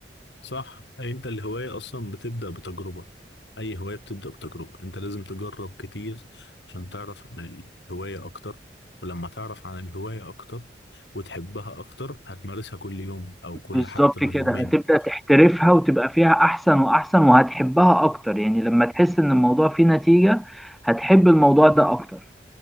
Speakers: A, on the left; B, in the centre.
A: صح انت الهواية اصلا بتبدأ بتجربة اي هواية بتبدأ بتجربة انت لازم تجرب كتير عشان تعرف عن الهواية اكتر ولما تعرف عن الهواية اكتر وتحبها اكتر هتمارسها كل يوم او كل
B: بالظبط
A: حتى يومين
B: كده هتبدأ تحترفها وتبقى فيها أحسن وأحسن وهتحبها أكتر يعني لما تحس إن الموضوع فيه نتيجة هتحب الموضوع ده أكتر